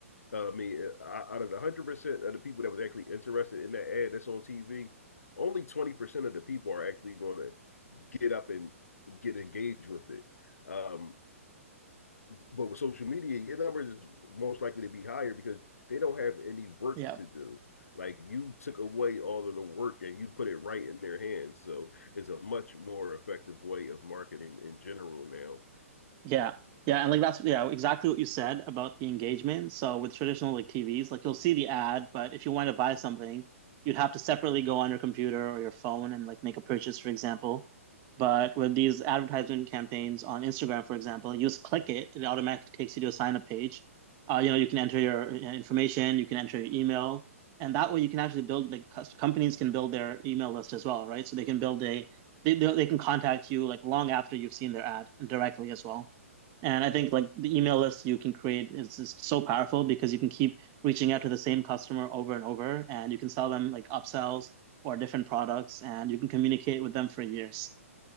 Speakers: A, on the left (about 80°); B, on the right (about 30°).
A: uh, I mean, uh, out of the one hundred percent of the people that was actually interested in that ad that's on TV, only twenty percent of the people are actually going to get up and get engaged with it. Um, but with social media, your numbers is most likely to be higher because they don't have any work
B: Yeah.
A: to do. Like you took away all of the work and you put it right in their hands. So it's a much more effective way of marketing in general now
B: Yeah. Yeah. And like that's yeah, exactly what you said about the engagement. So with traditional like TVs, like you'll see the ad, but if you want to buy something, you'd have to separately go on your computer or your phone and like make a purchase, for example. But with these advertisement campaigns on Instagram, for example, you just click it, it automatically takes you to a sign up page. Uh, you know, you can enter your uh, information, you can enter your email, and that way you can actually build like cus- companies can build their email list as well, right? So they can build a they they they can contact you like long after you've seen their ad and directly as well. And I think like the email list you can create is just so powerful because you can keep reaching out to the same customer over and over, and you can sell them like upsells or different products, and you can communicate with them for years.